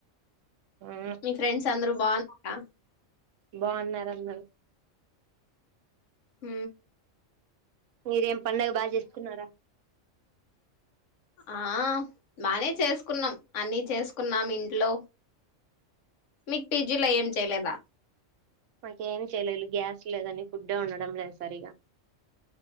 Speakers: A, on the right; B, on the left.
A: ఉమ్
B: మీ ఫ్రెండ్స్ చంద్ర బానార
A: బాగున్నారు అందర
B: హ
A: మీరేం పండగ బాగా చేసుకున్నారా
B: ఆ బానే చేసుకున్నాం అన్ని చేసుకున్నాం ఇంట్లో మీకు పీజిలో ఏం చేయలేదా
A: మాకేం చేయలేదు గ్యాస్ లేదని ఫుడ్ ఉండడం లేదు సరిగా